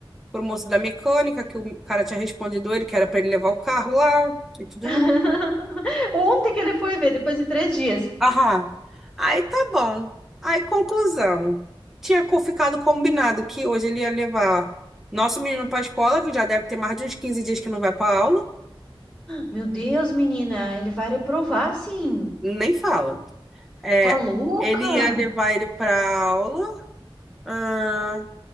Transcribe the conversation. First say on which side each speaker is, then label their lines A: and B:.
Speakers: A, in the centre; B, on the left (about 15°).
A: o moço da mecânica, que o cara tinha respondido ele, que era para ele levar o carro lá e tudo
B: <laughs>
A: mais.
B: Ontem que ele foi ver, depois de três dias.
A: Aham. Aí tá bom. Aí, conclusão. Tinha co- ficado combinado que hoje ele ia levar nosso menino para a escola, que já deve ter mais de uns 15 dias que não vai para aula.
B: Meu Deus, menina, ele vai reprovar, sim.
A: Nem fala. É,
B: Tá louca?
A: ele ia levar ele para aula, ah,